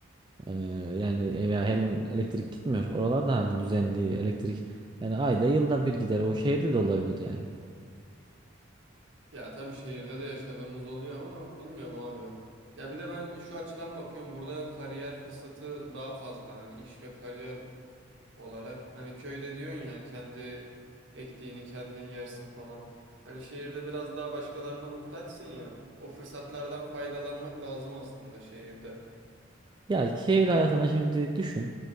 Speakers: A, on the right; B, on the right.
A: Ee, yani veya her gün elektrik gitmiyor. Oralarda artık düzenli elektrik. Yani ayda yılda bir gider. O şehirde de olabilir yani.
B: Ya tabii şehirde de yaşadığımız oluyor ama bilmiyorum abi. Ya bir de ben şu açıdan bakıyorum burada kariyer fırsatı daha fazla hani iş ve kariyer olarak. Hani köyde diyorsun ya kendi ektiğini kendin yersin falan. Hani şehirde biraz daha başkalarına muhtaçsın ya. O fırsatlardan faydalanmak lazım aslında şehirde.
A: Ya şehir hayatına şimdi düşün.